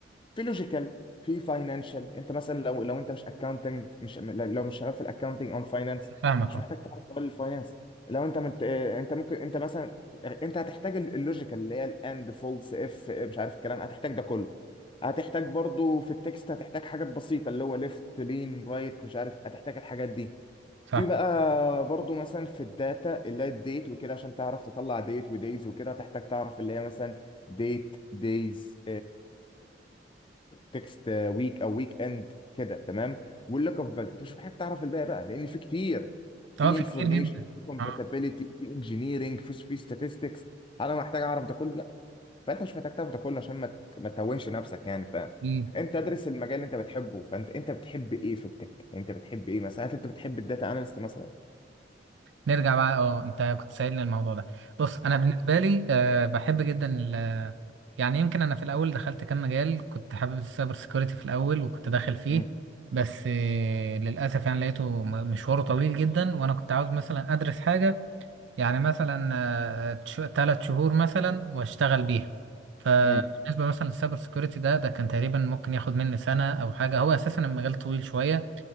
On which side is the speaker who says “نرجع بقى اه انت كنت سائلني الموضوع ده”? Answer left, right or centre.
Right